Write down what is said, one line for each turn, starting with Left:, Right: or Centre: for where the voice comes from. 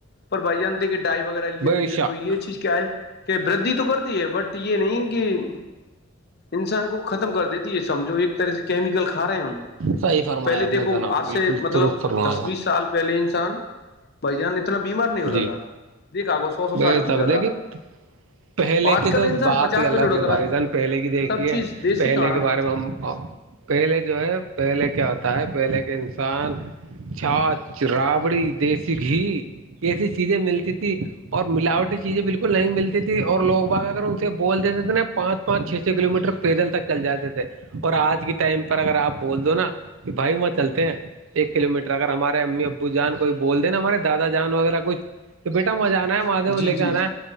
Left: پر بھائی جان دے کے ڈائی وغیرہ یہ
Right: بے
Left: دیتے
Right: شک
Left: تو یہ چیز کیا ہے کہ ودھی تو کرتی ہے بٹ یہ نہیں کہ انسان کو ختم کر دیتی ہے سمجھو ایک طرح سے کیمیکل کھا رہے ہیں ہم
Right: صحیح فرمایا
Left: پہلے
Right: آپ
Left: دیکھو
Right: نے جناب
Left: آج
Right: بالکل
Left: سے مطلب
Right: درست فرمایا
Left: دس بیس سال پہلے انسان بھائی جان اتنا بیمار نہیں ہوتا
Right: جی
Left: تھا دیکھاگو سو سو
Right: بے
Left: سال جیتا
Right: شک دیکھیے
Left: تھا
Right: پہلے
Left: آج
Right: کی
Left: کل
Right: تو
Left: انسان
Right: بات
Left: پچاس
Right: ہی الگ
Left: پہ لڑک
Right: ہے بھائی
Left: رہا
Right: جان پہلے کی دیکھی
Left: سب چیز
Right: ہے
Left: دیسی
Right: پہلے
Left: کھانا
Right: کے بارے میں ہم پہلے جو ہے پہلے کیا ہوتا ہے پہلے کے انسان چھات رابڑی دیسی گھی ایسی چیزیں ملتی تھی اور ملاوٹی چیزیں بالکل نہیں ملتی تھی اور لوگ با اگر ان سے بول دیتے تھے نا پانچ پانچ چھ چھ کلو میٹر پیدل تک چل جاتے تھے اور آج کے ٹائم پر اگر آپ بول دو نا کہ بھائی وہاں چلتے ہیں ایک کلو میٹر اگر ہمارے امی ابو جان کوئی بول دا ہمارے دادا جان وغیرہ کچھ بیٹا مجھان آنا ہے مادیو
Left: جی
Right: لے کے
Left: جی
Right: آنا
Left: جی
Right: ہے